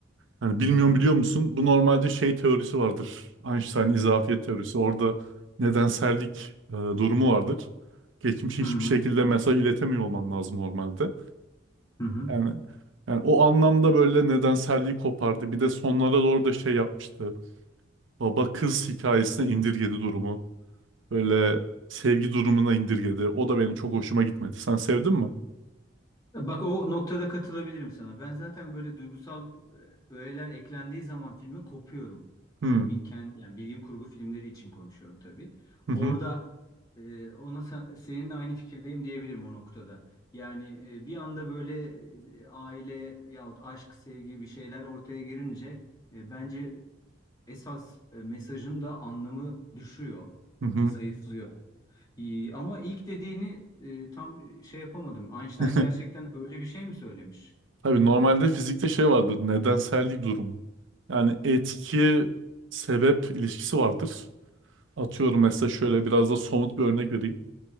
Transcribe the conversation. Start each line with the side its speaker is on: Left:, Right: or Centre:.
Right: Hani bilmiyorum
Left: Hmm.
Right: biliyor musun? Bu normalde şey teorisi vardır. Einstein izafiyet teorisi. Orada nedensellik e, durumu vardır. Geçmişe
Left: Hı
Right: hiçbir
Left: hı.
Right: şekilde mesaj iletemiyor olman lazım normalde.
Left: Hı hı.
Right: Yani, yani o anlamda böyle nedenselliği kopardı. Bir de sonlara doğru da şey yapmıştı. Baba kız hikayesine indirgedi durumu. Böyle sevgi durumuna indirgedi. O da benim çok hoşuma gitmedi. Sen sevdin mi?
Left: Bak o noktada katılabilirim sana. Ben zaten böyle duygusal e, öğeler eklendiği zaman filme kopuyorum.
Right: Hmm.
Left: Filmin kendi yani bilim kurgu filmleri için konuşuyorum tabii.
Right: Hı hı
Left: Orada e, ona sa- seninle aynı fikirdeyim diyebilirim o noktada. Yani e, bir anda böyle e, aile yahut aşk, sevgi bir şeyler ortaya girince e, bence esas e, mesajın da anlamı düşüyor
Right: hı. hı.
Left: ve zayıflıyor. İyi, ama ilk dediğini e, tam şey yapamadım. Einstein
Right: <laughs>
Left: gerçekten öyle bir şey mi söylemiş?
Right: Tabii normalde fizikte şey vardır. Nedensellik durumu. Yani etki
Left: Hmm.
Right: sebep ilişkisi vardır. Atıyorum mesela şöyle biraz da somut bir örnek vereyim.